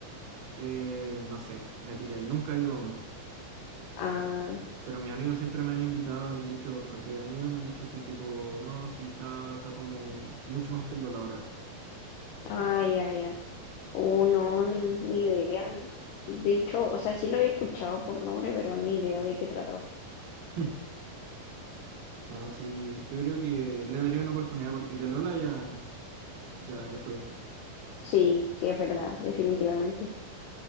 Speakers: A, on the right; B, on the left.
A: Eh, no sé, me pilla y Nunca he ido a uno.
B: Ah,
A: Pero mis amigos siempre me han invitado y me han dicho a que han ido, me han dicho sí, tipo, no, sí, está, está como mucho mejor que el Lola ahora.
B: ah, ya, ya. Oh, no, ni idea. De hecho, o sea, sí lo había escuchado por nombre, pero ni idea de qué trataba.
A: <laughs> No, sí, yo creo que le daría una oportunidad porque ya Lola ya, ya, ya fue.
B: Sí, sí, es verdad, definitivamente.